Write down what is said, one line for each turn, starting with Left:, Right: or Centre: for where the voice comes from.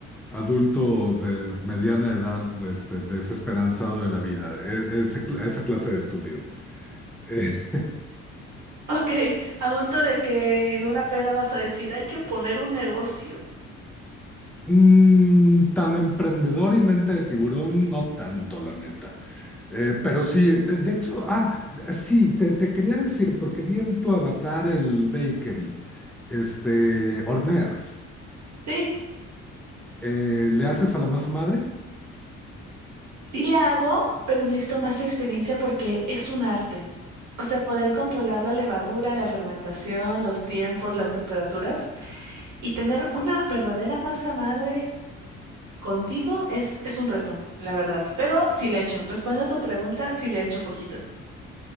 Centre: adulto de mediana edad, este, desesperanzado de la vida, e- ese cl- esa clase de estúpido. Eh,
Right: Ok, adulto de que en una peda vas a decir, hay que poner un negocio.
Centre: <laughs> mm, tan emprendedor y mente de tiburón, no tanto, la neta. Eh, pero sí, de, de hecho, ah, de- sí, te, te quería decir, porque vi en tu avatar el bakery, este, horneas,
Right: Sí,
Centre: eh, ¿le haces a la masa madre?
Right: sí le hago, pero necesito más experiencia porque es un arte. O sea, poder controlar la levadura, la fermentación, los tiempos, las temperaturas y tener una verdadera masa madre Contigo es, es un reto, la verdad. Pero sí le echo. Respondiendo a tu pregunta, sí le echo poquito.